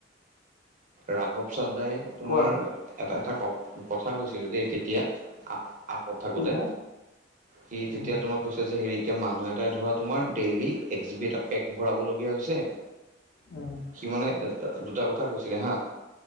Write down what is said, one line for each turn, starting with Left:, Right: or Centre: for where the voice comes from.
Right: ৰাঘৱ চাদ্দাই, তোমাৰ
Left: কোৱা
Right: এটা, এটা ক কথা কৈছিলে দেই, তেতিয়া আপত থাকোঁতে।
Left: কি বা
Right: সি তেতিয়া
Left: উম
Right: তোমাক <unintelligible> এতিয়া মানুহ এটা ধৰা তোমাৰ, ডেইলি এক জিবি এটা পেক ভৰাবলগীয়া হৈছে
Left: উম
Right: সি মানে দুটা কথা কৈছিলে হা,